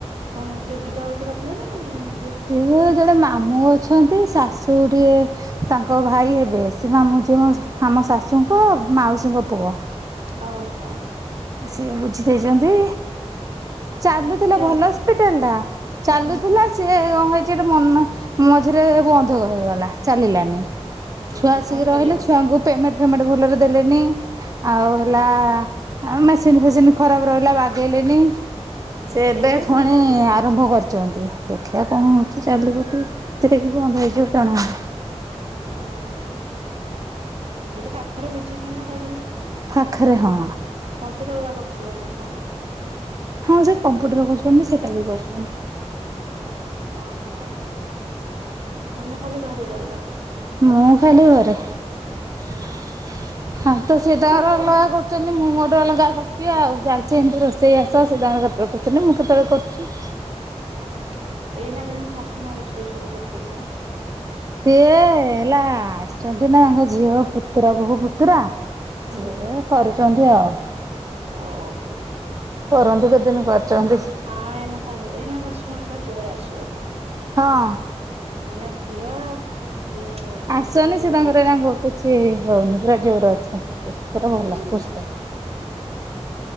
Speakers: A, on the right; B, on the right.
A: କଣ କିଏ ବୁଝାବୁଝି କରିଥିଲେ ନା ନିଜେ? ବୁଝିକି
B: ସେ
A: ରହିଛନ୍ତି?
B: ଜଣେ ମାମୁଁ ଅଛନ୍ତି ଶାଶୁ ଟିକେ ତାଙ୍କ ଭାଇ ହେବେ ସେ ମାମୁଁ ଝିଅ ଆମ ଶାଶୁଙ୍କୁ ମାଉସୀଙ୍କ ପୁଅ।
A: ଓହୋ।
B: ସିଏ ବୁଝି ଦେଇଚନ୍ତି। ଚାଲୁଥିଲା
A: ସିଏ
B: ଭଲ ହସ୍ପିଟାଲ ଟା ଚାଲୁଥିଲା
A: ହଁ
B: ସିଏ କଣ ହେଇଛି ଗୋଟେ ମନ ମଝିରେ ବନ୍ଧ ହେଇଗଲା ଚାଲିଲାନି।
A: ଓହୋ
B: ଛୁଆ ଆସିକି
A: ପୁଣି
B: ରହିଲେ
A: ଚଲେଇଲେ
B: ଛୁଆଙ୍କୁ ପେମେଣ୍ଟ ଫେମେଣ୍ଟ ଭଲରେ ଦେଲେନି ଆଉ
A: ହଁ
B: ହେଲା ଆ ମେସିନ୍ ଫେସିନ୍ ଖରାପ ରହିଲା ବାଗେଇଲେନି ସେ ଏବେ
A: ଏଇନାକେ
B: ପୁଣି
A: ଚାଲିଲା।
B: ଆରମ୍ଭ କରି ଛନ୍ତି ଦେଖିବା କଣ ହଉଛି ଚାଲିବ କି ସେଟା ବି ବନ୍ଦ ହେଇଯିବ ଜଣା ନାହିଁ।
A: ଓହୋ ଆଉ ସେଇଠି ପାଖରେ ବୁଝିକିନା ରଇହେବ।
B: ପାଖରେ ହଁ।
A: କମ୍ପ୍ୟୁଟର ବା କରିଥିଲେ ନା କଣ?
B: ହଁ ସେ କମ୍ପୁଟର କରିଛନ୍ତି ସେଟା ବି କରିଛନ୍ତି।
A: ଓହୋ ତମେ ଖାଲି ଘରେ ରହିଲ?
B: ମୁଁ ଖାଲି ଘରେ ଆ ତ ସିଏ ତାଙ୍କର
A: ଆଉ କଣ
B: ଅଲଗା କରୁ କରୁଛନ୍ତି ମୁଁ ମୋର ଅଲଗା କରୁଛି ଆଉ ଚାଲିଛି ଏମିତି ରୋଷେଇ ବାସ ସେ ତାଙ୍କର କେତବେଳେ କରୁଛନ୍ତି ମୁଁ କେତବେଳେ କରୁଛି।
A: ଓହୋ ଏଇନା କେମିତି ଶାଶୁ ମା ରୋଷେଇ ସବୁ କରୁଛନ୍ତି ମ?
B: ସିଏ ହେଲା ଆସିଛନ୍ତି ନା ତାଙ୍କ ଝିଅ ପୁତୁରା ବୋହୁ ପୁତୁରା।
A: ହୁଁ
B: ସିଏ କରୁଛନ୍ତି ଆଉ।
A: ଓହୋ।
B: ରନ୍ଧ କେତେଦିନ କରୁଛନ୍ତି?
A: ହଁ ଏନା ଏନା ଶାଶୁମାଙ୍କର ଜୋର ଆସିବ।
B: ହଁ।
A: ମାନେ ଝିଅ ଇଏ।
B: ଆସିନି
A: ନାତି ସବୁ
B: ସେ ତାଙ୍କରଙ୍କୁ
A: ଆଇଛନ୍ତି।
B: କିଛି ହଉନି ପୁରା ଜୋର ଅଛନ୍ତି ସେ ପୁରା ଭଲ
A: ହୁଁ
B: ସୁସ୍ଥ।